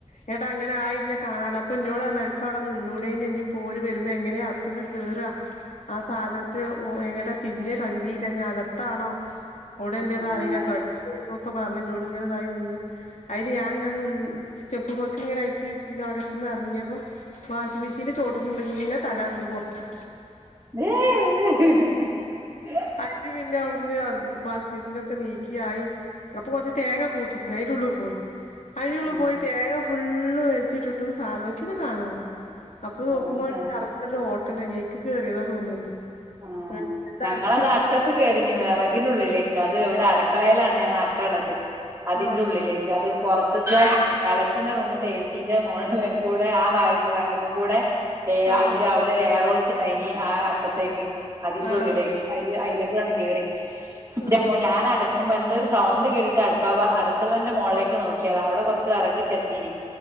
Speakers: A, on the left; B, on the right.
A: ങ്ങട്ടങ്ങനായി ന്നേ കാണാല അപ്പൊ ഇന്നോട്റഞ്ഞു അവിടെന്നെ നിന്നൂടെനിയോ ഞ്പ്പോല് വരുമ്പോ എങ്ങനെ അകത്ത്ക്ക്കേറാ ആ സാധനത്തിന് എങ്ങട്ടാ തിരിഞ്ഞ കണ്ടീല്ല ഞ് അകത്താണോ ഔടെ ന്താന്നറീല
B: ആഹ്
A: കട്ചുന്നൊക്കെ പറഞ്ഞിന്നോ - ങ്ങനതായി നിന്ന് അതിന് ഞാ- ങ്ങനെ നിന്ന് സ്റ്റെപ്പ്മ്മക്ക് ഇങ്ങനെ അയച്ചു പിന്ന അകത്ത് നിന്ന് ഇറങ്ങിയപ്പോ വാഷിംഗ മെഷീനിന്റെ ചോട്ട്ന്ന്ണ്ട് ഇങ്ങനെ തലാട്ടുന്നു പുറത്ത്
B: <unintelligible>
A: അതില് പിന്നെ അവിടുന്ന് വാഷിമെഷീനൊക്കെ നീക്കിആയി അപ്പൊ കൊറച്ച് തേങ്ങ കൂട്ടിയിയിട്ട്ണ് അതിന്റുള്ളിപോയി അയ്ന്റുള്ളപോയി
B: ഉം
A: തേങ്ങ ഫുൾ ഫുള്ള് വലിച്ചിട്ടിട്ടും സാധനത്തിനെ കാണാല്ല അപ്പൊ നോക്കുമ്പോ
B: അതന്നെ
A: <unintelligible> <unintelligible> കേറിയതാ തോന്നുന്നുണ്ട്
B: ആ
A: അത്
B: ഞങ്ങളത്
A: അടച്ചിട്ട്
B: അട്ടത്ത് കേറീനി വിറകിനുള്ളിലേക്ക് അത് എവിടെ അടക്കളയിലാണ് ഞങ്ങള അട്ടള്ളത് അതിന്റെ
A: ആഹ്
B: ഉള്ളിലേക്ക് അത് പുറ <unintelligible> ത്തെ ഇളച്ചിന്റെ റൂമത്ത് എ സിന്റെ മോളില്കൂടെ ആ വ വയർമ കൂടെ
A: ആഹ്
B: അതിന്റെ അവിടെ എയർഹോൾ ണ്ടായിനി ആ അട്ട <unintelligible> അതിന്റെ
A: ആഹ്
B: ഉള്ളിലേക്ക് അയ്ലെകൂടെ കേറി
A: ആഹ്
B: ന്റമ്മോ ഞാൻ അടക്കുമ്പോ എന്ത ഒരു സൗണ്ട് കേട്ടിട്ട് അടുക്കള അടുക്കളന്റെ മുകളിലേക്ക് നോക്കിയത അവിടെ കുറച്ച് വിറക് ട്ടചീനി